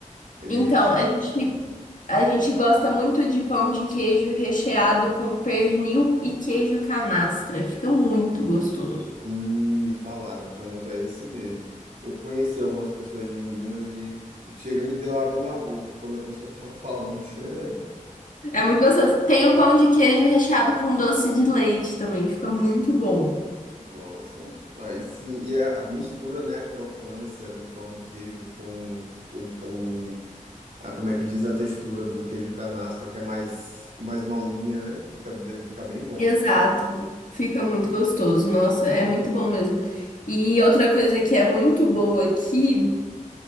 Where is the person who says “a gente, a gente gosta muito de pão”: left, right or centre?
Left